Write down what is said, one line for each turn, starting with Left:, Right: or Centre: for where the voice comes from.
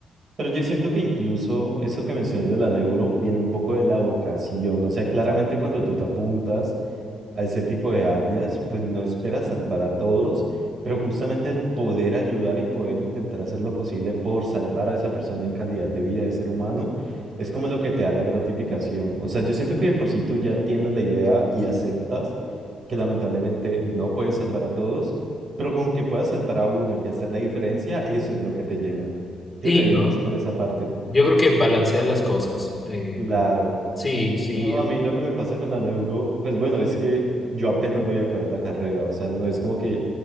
Right: Pero yo siento que incluso eso que mencionas de la neuro viene un poco de la vocación. O sea, claramente cuando tú te apuntas a ese tipo de áreas, pues no espera salvar a todos, pero justamente el poder ayudar y poder intentar hacer lo posible por salvar a esa persona en calidad de vida de ser humano, es como lo que te da la gratificación. O sea, yo siento que de por si tú ya tienes la idea y aceptas que lamentablemente no puedes salvar a todos, pero con que puedas salvar a uno y hacer la diferencia, eso es lo que te llena. Yo
Left: Sí,
Right: lo diría
Left: ¿no?
Right: más por esa parte.
Left: Yo creo que balancear las cosas. Eh,
Right: Claro.
Left: sí, sí,
Right: No, a mí lo que me pasa con la neuro, pues bueno, es que yo apenas voy a acabar la carrera, o sea, no es como que